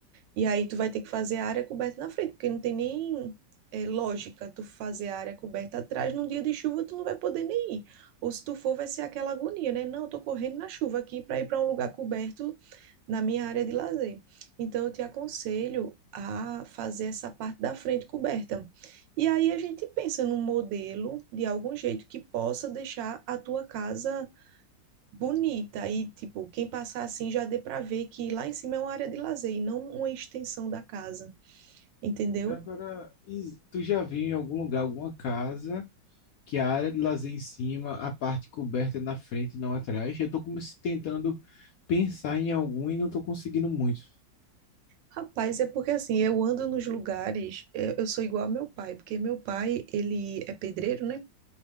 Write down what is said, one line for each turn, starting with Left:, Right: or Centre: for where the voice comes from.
Right: E aí tu vai ter que fazer a área coberta na frente, porque não tem nem é, lógica tu fazer a área coberta atrás. Num dia de chuva tu não vai poder nem ir. Ou se tu for, vai ser aquela agonia, né? Não, eu tô correndo na chuva aqui para ir para um lugar coberto na minha área de lazer. Então eu te aconselho a fazer essa parte da frente coberta. E aí a gente pensa num modelo de algum jeito que possa deixar a tua casa bonita e tipo, quem passar assim já dê para ver que lá em cima é uma área de lazer e não uma extensão da casa, entendeu?
Left: Agora, e tu já viu em algum lugar, alguma casa, que a área de lazer em cima, a parte coberta é na frente e não atrás? Eu tô como se tentando pensar em algum e não tô conseguindo muito.
Right: Rapaz, é porque assim, eu ando nos lugares, eu eu sou igual ao meu pai, porque meu pai, ele é pedreiro, né?